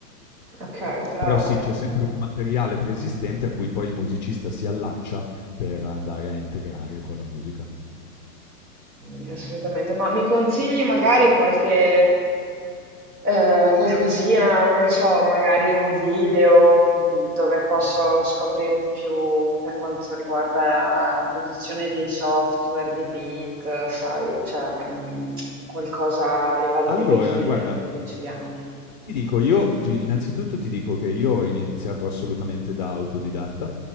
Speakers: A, on the right; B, on the left.
A: ok, chiaro,
B: Però sì,
A: chiaro.
B: c'è sempre un materiale preesistente a cui poi il musicista si allaccia per andare a integrare con la musica.
A: Sì, Assolutamente, ma mi consigli magari qualche, eh, qualcosina, non so, magari un video mh, dove posso scoprire di più per quanto riguarda la produzione dei software, di beat, sai, cioè mh, qualcosa a livello
B: Allora,
A: di beginner,
B: guarda,
A: di principianti.
B: Ti dico, io ge innanzitutto ti dico che io ho iniziato assolutamente da autodidatta,